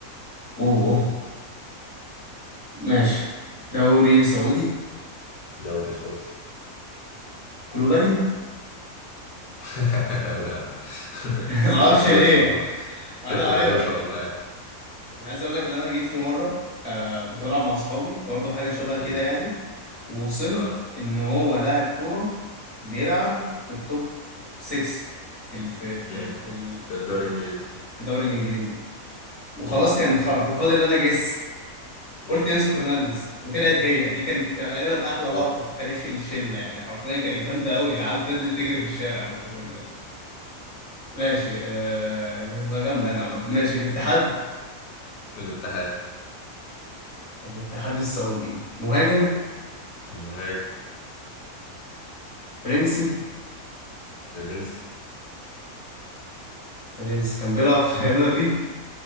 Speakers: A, on the left (about 30°); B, on the left (about 70°).
A: اوه ماشي دوري سعودي
B: دوري سعودي
A: كلوبالي <laughs>
B: <laughs> لا لا
A: معرفش
B: <laughs> بس كانت تبقى
A: ليه
B: روشة والله
A: انا
B: كانت تبقى
A: ايوه
B: روشة
A: ايوه
B: والله يعني.
A: انا عايز اقول لك ان انا جيت في مره آه كنت بلعب مع اصحابي برضو حاجه شبه
B: امم
A: كده يعني ووصلت
B: اه
A: ان هو لاعب كوره بيلعب في التوب 6 في ال في في
B: امم
A: في ال
B: الدوري
A: في ال-
B: الانجليزي
A: في الدوري الانجليزي وخلاص
B: امم
A: كان خلاص كان فاضل ان انا جس
B: امم
A: قلت انزو فرنانديز وطلعت هي دي كانت تقريبا احلى لقطه
B: اوف
A: في تاريخ الشله يعني حرفيا كانت جامده قوي العيال فضلت تجري
B: <laughs>
A: في الشارع من كتر البتاع ماشي آه كانت هتبقى جامده انا عامه ماشي الاتحاد
B: الاتحاد
A: الاتحاد السعودي مهاجم
B: المهاجم
A: فرنسي
B: الفرنسي
A: بيريز كان بيلعب في ريال مدريد